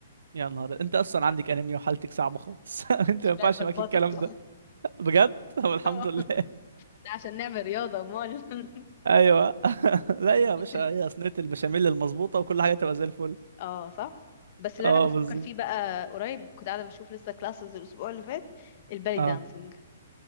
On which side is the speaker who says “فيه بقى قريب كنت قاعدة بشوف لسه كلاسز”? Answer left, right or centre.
Left